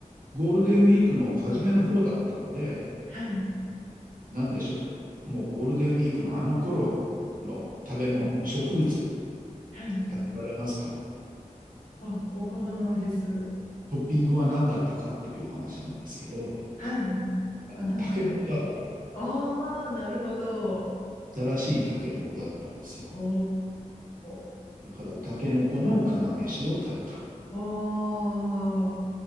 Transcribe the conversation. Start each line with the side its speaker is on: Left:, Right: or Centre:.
Right: ゴールデンウィークの初めの方だったんで、
Left: はい。
Right: なんでしょう。もうゴールデンウィークのあの頃の食べ物、植物、
Left: はい。
Right: 当てられますか
Left: あ、わからないです。
Right: トッピングは何だったかっていう話なんですけど、
Left: はい。はいあ、
Right: あの、
Left: なんか、
Right: タケノコだったの。
Left: ああ、なるほど。
Right: 新しいタケノコだったんですよ。
Left: おー。
Right: だからタケノコの釜飯を食べた。
Left: ああ、